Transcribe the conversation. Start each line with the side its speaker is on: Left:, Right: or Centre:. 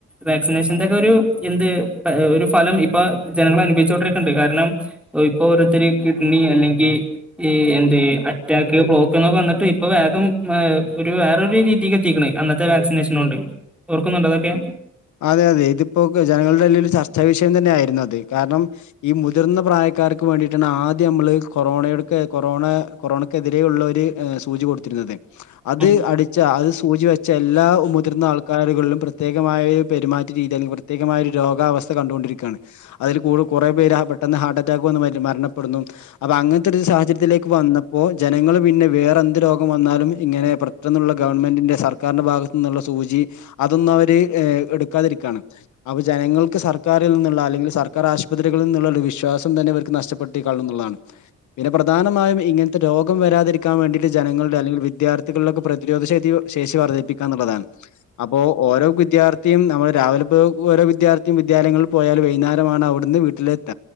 Centre: വാക്സിനേഷന്റെ ഒക്കെ ഒരു എന്ത് ഒരു ഫലം ഇപ്പൊ ജനങ്ങള് അനുഭവിച്ചോണ്ടിരിക്ക്ണ്ട് കാരണം ഇപ്പൊ ഓരോരുത്തര് കിഡ്നി അല്ലെങ്കിൽ ഈ എന്ത് അറ്റാക്ക്, ബ്ലോക്ക് എന്നൊക്കെ വന്നിട്ട് ഇപ്പൊ വേഗം ഒരു വേറൊരു രീതിക്ക് എത്തിക്ക്‌ണ് അന്നത്തെ വാക്സിനേഷനോണ്ട് ഓർക്കുന്നുണ്ടോ അതൊക്കെ
Left: അതെ അതെ ഇതിപ്പോക്ക് ജനങ്ങളുടെ ഇടയിൽ ഒരു ചർച്ചാ വിഷയം തന്നെ ആയിരുന്നു അത് കാരണം ഈ മുതിർന്ന പ്രായ ക്കാർക്ക് വേണ്ടിയിട്ടാണ് ആദ്യം നമ്മള് കൊറോണക്ക് കൊറോണ കൊറോണക്കെതിരെയുള്ള ഒരു സൂചി കൊടുത്തിരുന്നത് അത്
Centre: ഉം
Left: അടിച്ച അത് പൂജി വെച്ചെ എല്ലാ മുതിർന്ന ആൾക്കാരുകളിലും പ്രത്യേകമായി പെരുമാറ്റ രീതി അല്ലെങ്കിൽ പ്രത്യേമായ ഒരു രോഗാവസ്ഥ കണ്ടോണ്ടിരിക്കാണ് അതിൽ കൂ കൊറേ പേര് ആ പെട്ടെന്ന് ഹാർട്ട് അറ്റാക്ക് വന്ന് മര മരണപ്പെടുന്നു അപ്പൊ അങ്ങനത്തെ ഒരു സാഹചര്യത്തിലേക്ക് വന്നപ്പോ ജനങ്ങള് പിന്നെ വേറെ എന്ത് രോഗം വന്നാലും ഇങ്ങനെ പെട്ടന്നുള്ള ഗവൺമെന്റിന്റെ സർക്കാരിൻ്റെ ഭാഗത്തു നിന്നുള്ള സൂചി അതൊന്ന് അവർ ഹേ എടുക്കാതിരിക്കാണ് അപ്പൊ ജനങ്ങൾക്ക് സർക്കാരിൽ നിന്നുള്ള അല്ലെങ്കിൽ സർക്കാർ ആശുപത്രികളിൽ നിന്നുള്ള ഒരു വിശ്വാസം തന്നെ ഇവർക്ക് നഷ്ടപ്പെട്ട കാണും എന്നുള്ളതാണ് പിന്നെ പ്രധാനമായും ഇങ്ങനത്തെ രോഗം വരാതിരിക്കാ ക്കാവേണ്ടിട്ട് ജനങ്ങളുടെ അല്ലെങ്കിൽ വിദ്യാർത്ഥികളുടെക്കെ പ്രതിരോധ ശേഷി ശേഷി വർദ്ധിപ്പിക്കാ എന്നുള്ളതാണ് അപ്പോൾ ഓരോ വിദ്യാർത് നമ്മള് രാവിലെ ഇപ്പൊ ഓരോ വിദ്യാർത്ഥിയും വിദ്യാലയങ്ങളിൽ പോയാൽ വൈന്നാരമാണ് അവിടുന്ന് വീട്ടിൽ എത്ത